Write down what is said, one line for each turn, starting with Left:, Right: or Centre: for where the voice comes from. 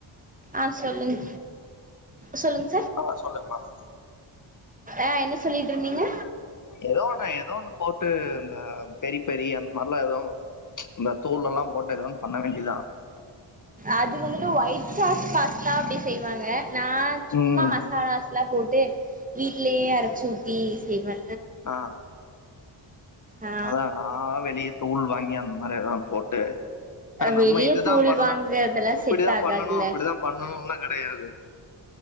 Right: ஆ சொல்லுங் சொல்லுங்
Left: ஓ சொல்லுங் மேம்
Right: ஆ என்ன சொல்லிட்ருந்தீங்க
Left: எதோ ஒன்னு எதோ ஒன்னு போட்டு இந்த பெரி பெரி அந்த மாரிலா எதோ இந்த தூளல்லா போட்டு எதோ ஒன் பண்ண வேண்டியதா
Right: அது வந்துட்டு ஒய்ட் சாஸ் பாஸ்தா அப்டி செய்வாங்க நா சும்மா
Left: ம்
Right: மசாலாஸ்லா போட்டு வீட்லயே அரச் ஊத்தி செய்வே
Left: ஆ
Right: ஆ ஆ
Left: அதா நா வெளிய தூள் வாங்கி அந்த மார எதோ ஒன்னு போட்டு ஆ
Right: வெளிய
Left: நம்ம இதுதா
Right: தூள்
Left: பண்ணு
Right: வாங்கறதெல்லா
Left: இப்பிடிதா
Right: செட் ஆகாதுல்ல
Left: பண்ணனு அப்பிடிதா பண்ணனுன்லா கெடையாது